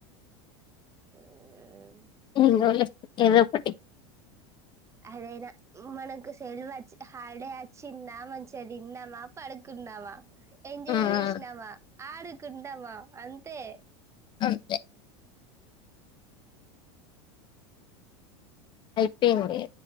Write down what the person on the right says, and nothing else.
ఉమ్,
అదైనా మనకు సెల్వు వచ్చి హాలీడే అచ్చిందా మంచిగా తిన్నామ పడు కున్నావ ఎంజాయ్
చేసినవ ఆడుకుంటామా అంతే